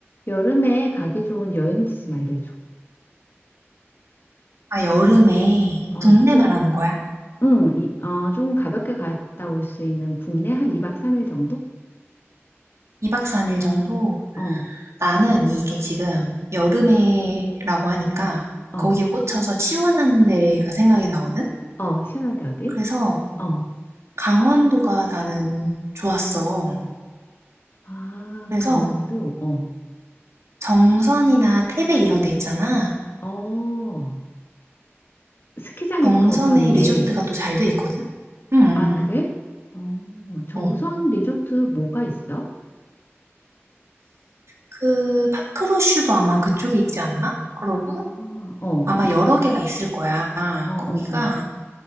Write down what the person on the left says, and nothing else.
여름에 가기 좋은 여행지 좀 알려줘.
어,
국,
응, 이, 어, 조금 가볍게 갔다 올 수 있는 국내 한 2박 3일 정도?
어,
어,
어, 시원한데 어디?
어,
아,
강원도? 어,
어, 스키장
있고 그런데.
아,
그래? 어, 정선
리조트 뭐가 있어?
어.
아, 어,
어, 어,
어,